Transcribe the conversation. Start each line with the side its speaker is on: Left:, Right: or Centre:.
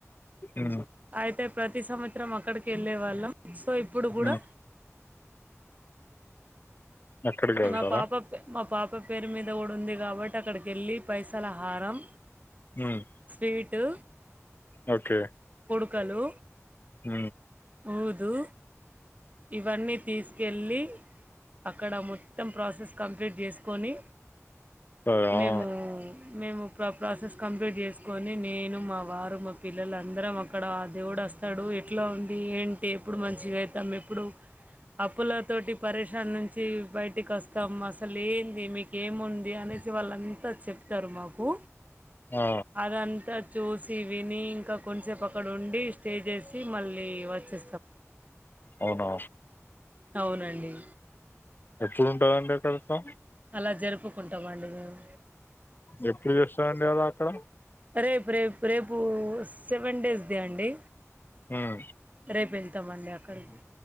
Left: ఆ
Right: అయితే ప్రతి సంవత్సరం అక్కడికి వెళ్ళే వాళ్ళం సో ఇప్పుడు కూడా
Left: మ్మ్ అక్కడికి వెళ్తారా
Right: మా పాప మా పాప పేరు మీద కూడా ఉంది కాబట్టి అక్కడిక్ కిల్లి పైసల హారం
Left: మ్మ్
Right: స్వీటు
Left: ఓకే
Right: కుడుకలు
Left: ఊ
Right: ఊదు ఇవన్నీ తీసుకెళ్ళి అక్కడ ము మొత్తం ప్రాసెస్ కంప్లీట్ చేసుకొని
Left: సరే
Right: మేము
Left: ఆ
Right: మేము ప్ర ప్రాసెస్ కంప్లీట్ చేసుకొని నేను మా వారు మా పిల్లలు అందరం అక్కడ ఆ దేవుడు రస్తాడు ఎట్లా ఉంది ఏంటి ఎప్పుడు మంచిగా అయితాం ఎప్పుడు అప్పుల తోటి పరేషన్ నుంచి బయట ఇంటి కస్తాం అసలు ఏంది మీక ఏముంది అనేసి వాళ్ళంతా చెప్తారు మాకు
Left: ఆ
Right: అదంత చూసి విని ఇంకా కొద్ది సేపు అక్కడ ఉండి స్టే చేసి మళ్ళీ వచ్చే
Left: అవునా
Right: అవునండి
Left: ఎప్పుడుంటదండి తెలుసా
Right: అలా జరుపుకుంటాం అండి మేము
Left: ఎప్పుడు చేస్తాారండి అదీ అక్కడ
Right: రేపు రేపు రేపు సెవెన్ డేస్ దే అండి
Left: ఆ
Right: రేపు వెళ్తామండి అక్కడికి